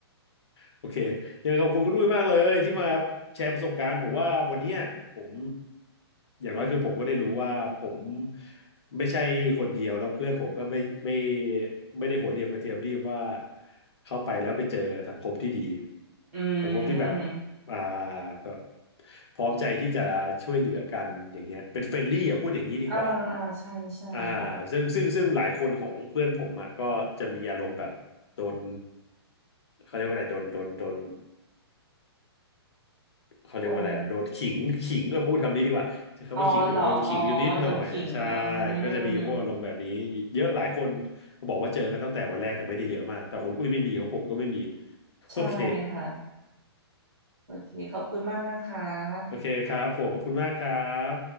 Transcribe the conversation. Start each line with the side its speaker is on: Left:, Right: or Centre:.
Left: โอเคยังขอบคุณคุณด้วยมากเลยที่มาแชร์ประสบการณ์ผมว่าวันเนี้ยผมอย่างน้อยคือผมก็ได้รู้ว่าผมไม่ใช่คนเดียวแล้วเพื่อนผมก็ไม่ไม่ไม่ได้หัวเดียวกับเทียมดีบว่าเข้าไปแล้วไปเจอสังคมที่ดี
Right: อืม
Left: สังคมที่แบบอ่าแบบพร้อมใจที่จะช่วยเหลือกันอย่างเงี้ยเป็นเฟรนลี่อ่ะพูดอย่างนี้ดีกว่า
Right: อ่าอ่าใช่ใช่ค่ะ
Left: อ่าซึ่งซึ่งซึ่งหลายคนของเพื่อนผมอ่ะก็จะมีอารมณ์แบบ โดนเขาเรียกว่าอะไรโดนโดนโดนเขาเรียกว่าอะไรอ่ะโดนขิง
Right: โดน
Left: <laughs> ขิงก็พูดคำนี้ดีกว่าใช้คำว่าขิงดีกว่าโดนขิงอยู่นิดหน่อยใช่
Right: อ๋อเหรออ๋อโดนขิงอื
Left: ก็จะมีพวกอารมณ์แบบนี้เยอะหลายคน
Right: ม
Left: บอกว่าเจอกันตั้งแต่วันแรกแต่ไม่ได้เยอะมากแต่คนอุ้ยไม่มีของผมก็ไม่มี <laughs>
Right: ใช่ค่ะ
Left: โอเค
Right: โอเคขอบคุณมากนะคะ
Left: โอเคครับผมขอบคุณมากครับ